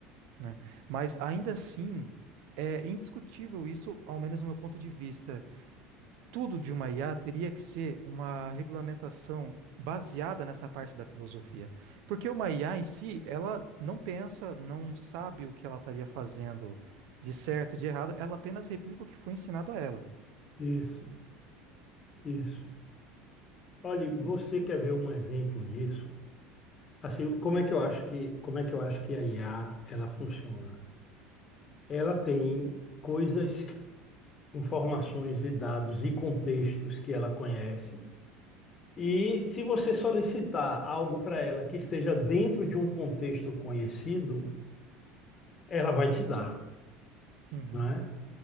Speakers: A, on the right; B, on the left.
A: né? Mas ainda assim, é indiscutível isso, ao menos no meu ponto de vista. Tudo de uma IA teria que ser uma regulamentação baseada nessa parte da filosofia. Porque uma IA em si, ela não pensa, não sabe o que ela estaria fazendo de certo, de errado, ela apenas replica o que foi ensinado a ela.
B: Isso, isso. Olha, você quer ver um exemplo disso? Assim, como é que eu acho que, como é que eu acho que a IA ela funciona? Ela tem coisas informações e dados e contextos que ela conhece. E se você solicitar algo para ela que esteja dentro de um contexto conhecido, ela vai te dar,
A: Uhum.
B: né?